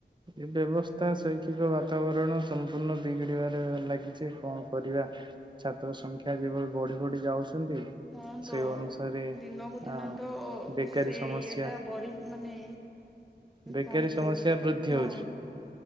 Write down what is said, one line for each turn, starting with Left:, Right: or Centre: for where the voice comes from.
Right: ଏ ବ୍ୟବସ ତା ଶୈକ୍ଷିକ ବାତାବରଣ ସମ୍ପୂର୍ଣ୍ଣ ବିଗିଡିବାରେ ଲାଗିଛି କଣ କରିବା। ଛାତ୍ର ସଂଖ୍ୟା ଯେଭଳି ବଢି ବଢି ଯାଉଛନ୍ତି।
Centre: ହଁ ତ
Right: ସେ ଅନୁସାରେ
Centre: ଦିନକୁ ଦିନ
Right: ଆ
Centre: ତ
Right: ବେକାରୀ
Centre: ସେ
Right: ସମସ୍ୟା
Centre: ଇଏ ଟା ବଢି ମାନେ
Right: ବେକାରୀ
Centre: କଣ କହିବି
Right: ସମସ୍ୟା ବୃଦ୍ଧି
Centre: ହଁ
Right: ହଉଛି।